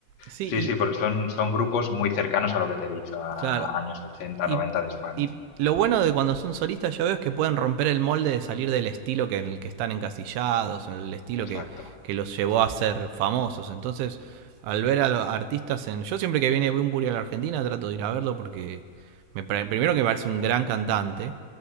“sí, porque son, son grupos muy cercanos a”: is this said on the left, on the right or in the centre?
Left